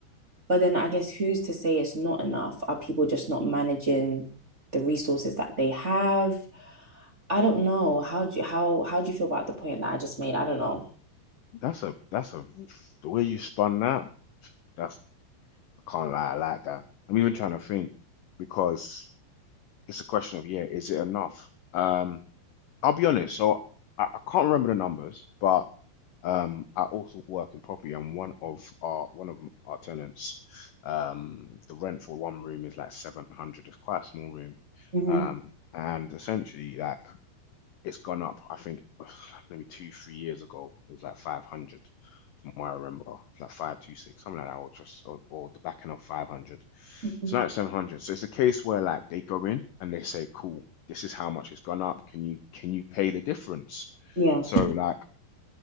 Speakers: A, on the right; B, on the left.
A: But then I guess who's to say it's not enough? Are people just not managing the resources that they have? I don't know. How do you, how how do you feel about the point that I just made? I don't know.
B: That's a that's a the way you spun that. That's I can't lie, I like that. I'm even trying to think because it's a question of yeah, is it enough? Um, I'll be honest. So I, I can't remember the numbers, but Um, I also work in property, and one of our one of our tenants, um, the rent for one room is like 700. It's quite a small room.
A: Mm-hmm.
B: Um, and essentially, like it's gone up, I think <sighs> maybe two, three years ago, it was like 500, from what I remember. It's like 526, something like that, or just or, or the back end of 500.
A: Mhm.
B: So now it's 700. So it's a case where like they go in and they say, cool. This is how much it's gone up. Can you can you pay the difference?
A: Yeah.
B: So like